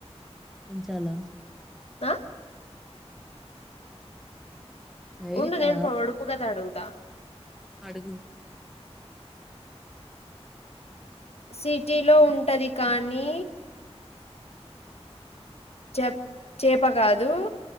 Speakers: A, in the centre; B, on the left.
A: పెంచాలా
B: ఆ
A: వైటా
B: ఉండు నేను పొడుపు కథ అడుగుతా
A: అడుగు
B: సిటీలో ఉంటది కానీ చెప్ చేప కాదు